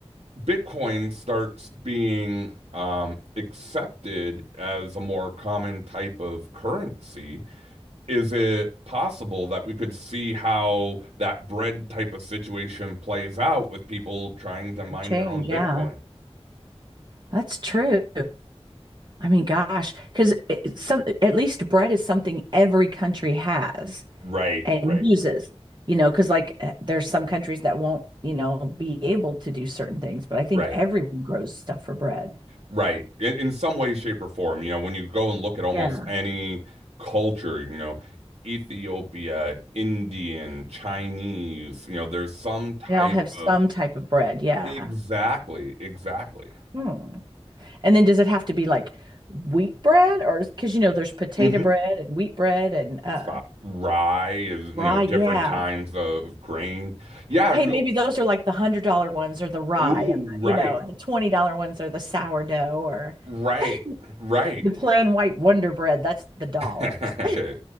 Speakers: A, on the right; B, on the right.
A: Bitcoin starts being um accepted as a more common type of currency is it possible that we could see how that bread type of situation plays out with people trying to
B: Could
A: mine
B: change.
A: their own Bitcoin?
B: Yeah, that's true. I mean, gosh, because some at least bread is something every country has.
A: Right,
B: and
A: right,
B: uses, you know, because like eh, there's some countries that won't, you know, be able to do certain things, but I think
A: right.
B: everyone grows stuff for bread.
A: Right. In, in some way, shape, or form, you know, when you go and look at almost
B: Yeah.
A: any culture, you know, Ethiopia, Indian, Chinese, you know, there's some type
B: They all have some
A: of
B: type of bread. Yeah.
A: exactly, exactly.
B: Hmm. And then does it have to be like wheat bread or because you know there's potato
A: hmm
B: bread and wheat bread and uh
A: Stop. Rye is, you
B: rye,
A: know, different
B: yeah.
A: times of grain. Yeah.
B: Hey,
A: go-
B: maybe those are like the hundred dollar ones or the rye
A: Ooh,
B: and
A: right.
B: you know, the twenty dollar ones are the sourdough or
A: Right.
B: <laughs>
A: Right.
B: the plain white Wonder Bread. That's the dollars.
A: <laughs>